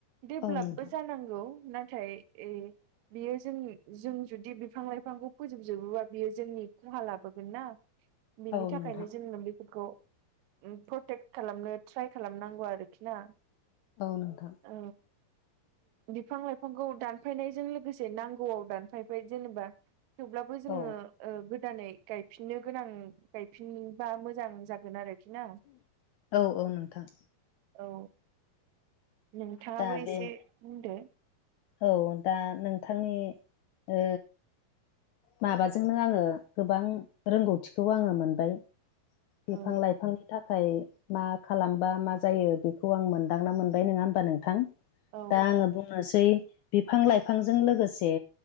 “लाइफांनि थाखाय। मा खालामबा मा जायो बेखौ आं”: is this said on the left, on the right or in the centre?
Left